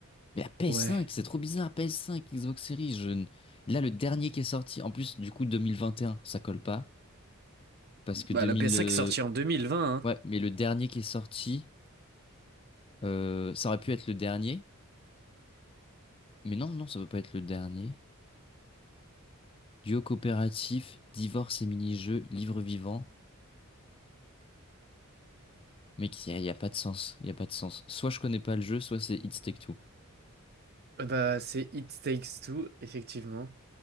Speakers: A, on the left; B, on the right.
A: Mais la PS5,
B: ouais.
A: c'est trop bizarre. PS5, Xbox Series. Je... ne- Là, le dernier qui est sorti. En plus, du coup, 2021, ça colle pas. Parce que
B: Bah,
A: 2000.
B: la PS5
A: euh,
B: est sortie en 2020, hein.
A: Ouais, mais le dernier qui est sorti, euh, ça aurait pu être le dernier. Mais non, non, ça peut pas être le dernier. Duo coopératif, divorce et mini-jeu, livre vivant. Mais il y a, y a pas de sens. Il y a pas de sens. Soit je connais pas le jeu, soit c'est It's Take Two.
B: Euh, Bah, c'est It Takes Two, effectivement.